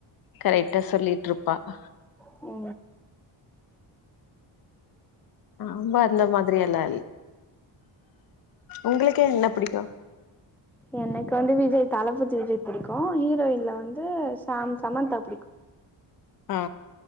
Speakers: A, on the left (about 50°); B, in the centre.
A: கரெக்டா சொல்லிட்ருப் பாப்பா
B: கு
A: நாம அந்த மாதிரி எல்லா இல் உங்களுக்கே என்ன பிடிக்கு
B: எனக்கு வந்து விஜய் தளபதி விஜய் புடிக்கு ஹீரோயின்ல வந்து சாம் சமந்தா புடிக்கு
A: ஆ